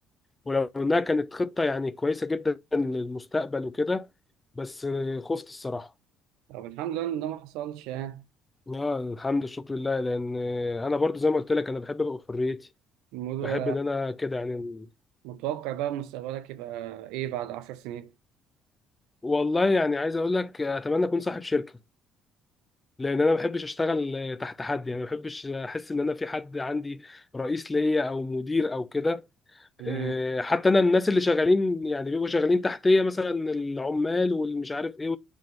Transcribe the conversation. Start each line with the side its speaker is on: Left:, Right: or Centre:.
Left: ولو انها كانت خطه يعني كويسه جدا للمستقبل وكده بس خفت الصراحه
Right: طب الحمد لله ان ده ما حصلش يعني
Left: لا الحمد لله شكر لله لان انا برضو زي ما قلت لك انا بحب ابقى في حريتي
Right: الموضوع
Left: بحب ان انا كده يعني
Right: متوقع بقى مستقبلك يبقى ايه بعد عشر سنين
Left: والله يعني عايز اقول لك اتمنى اكون صاحب شركه لان انا ما بحبش اشتغل تحت حد يعني ما بحبش احس ان انا في حد عندي رئيس ليا او مدير او كده
Right: امم
Left: أه، حتى انا الناس اللي شغالين يعني بيبقوا شغالين تحتيه مثلا العمال والمش عارف ايه